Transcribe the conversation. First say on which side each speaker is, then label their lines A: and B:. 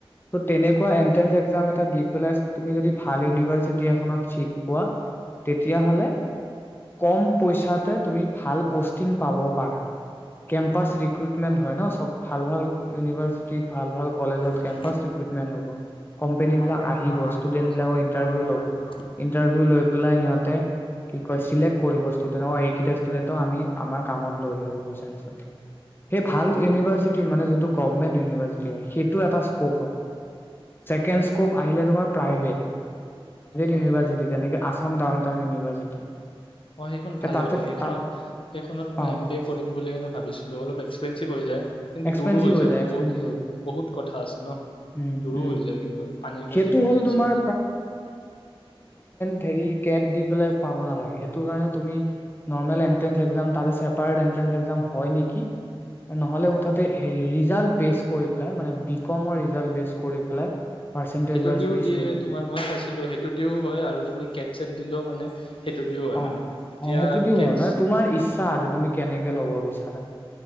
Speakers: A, on the left; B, on the left.
A: ত' তেনেকুৱা এনট্ৰেন্স এক্জাম এটা দি পেলাই তুমি যদি ভাল ইউনিভাৰ্চিটি এখনত চিট পোৱা তেতিয়াহ'লে কম পইচাতে তুমি ভাল পষ্টিং পাব পাৰা কেম্পাছ ৰিক্ৰুইটমেণ্ট হয় ন চব ভাল ভাল ইউনিভাৰ্চিটিত ভাল ভাল কলেজত
B: ভাল
A: কেমপাছ ৰিকুইটম হব কমপেনী
B: কোম্পেনীবিলাক
A: বিলাক আহিব ইচতোডেন বিলাকৰ
B: ষ্টুডেণ্টবিলাকৰ
A: ইনটাৰভিউ
B: ইণ্টাৰভিউ
A: লব। ইনটাৰভিউ লয় পালে সিহঁতে কি কইছিলে এই কেইটা ষ্টুডেণ্টক আমি আমাৰ কামত লয় যাম লৈ যাব বিচাৰিছো। সেই ভাল ইউনিভাৰ্চিটি মানে যিটো গোৱমেণ্ট ইউনিভাৰ্চিটি সেইটো এটা ইচকোপ হয়। ছেকেণ্ড খুব আহিলে তোমাৰ প্ৰাইভেট
B: হয়।
A: University Assam down town university
B: অঁ সেইখন ভাল
A: তাতে
B: হয় সেইখনত
A: তাত
B: সেইখনত মই
A: অ
B: এম বি এ কৰিম বুলি কেনে ভাবিছিলোঁ অলপ এক্সপেঞ্চিভ হৈ যায় কিন্তু
A: এক্সপেঞ্চিভ
B: দূৰো হৈ যায় বহুত
A: এক্সপেঞ্চিভ হৈ যায়
B: বহুত কথা আছে ন
A: উম
B: দূৰো
A: উম
B: হৈ যায় কিন্তু পানীৰ খেতি
A: সেইটো
B: পিনি
A: হ'ল
B: আছো
A: তোমাৰ ধৰি কেট দি পেলাই সেইটো কাৰণে তুমি নৰমেল একটেনচ একজাম চেপাৰ একটেনচ একজাম হয় নেকি নহলে মুঠতে ৰিজাল্ট বেচট কৰি পেলাই মানে বি কম অ ৰিজাল্ট বেষ্ট কৰি পেলাই। পাৰ্চেন্টেজ
B: সেইটো
A: ৱাইজ
B: দিও
A: লিষ্ট
B: দিয়ে
A: উলিয়াই
B: তোমাৰ মই চাইছিলো সেইটো দিও হয় আৰু তুমি কেট চট দিলেও মানে। সেইটো দিও হয়
A: অ
B: মানে এতিয়া
A: অ সেইটো দি
B: কেটছ
A: হয় মানে তোমাৰ ইচ্ছা আৰু তুমি কেনেকে লব বিচাৰা